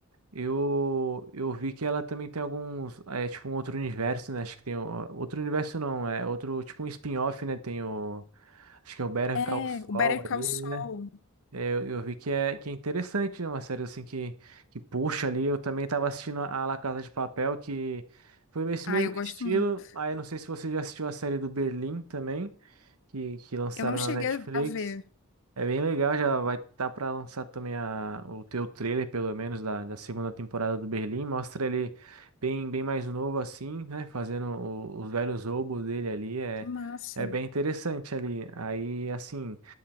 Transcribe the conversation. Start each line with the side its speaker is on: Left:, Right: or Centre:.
Right: eu, eu vi que ela também tem alguns. É tipo um outro universo, né? Acho que tem. o- Outro universo não, é outro, tipo um spin-off, né? Tem o. Acho que é o Better
Left: É,
Right: Call Saul
Left: o Better Call
Right: ali.
Left: Saul.
Right: É, eu, eu vi que é, que é interessante, né? Uma série assim que, que puxa ali. Eu também estava assistindo a La Casa de Papel, que foi esse
Left: Ah,
Right: mesmo
Left: eu gosto
Right: estilo.
Left: muito.
Right: Aí não sei se você já assistiu a série do Berlim também, que, que lançaram
Left: Eu não cheguei
Right: na Netflix.
Left: a ver.
Right: É bem legal, já vai estar para lançar também a, o teu trailer, pelo menos, da, da segunda temporada do Berlim. Mostra ele bem, bem mais novo assim, né? Fazendo o- os velhos roubos dele ali. É,
Left: Que Massa.
Right: é bem interessante ali. Aí, assim.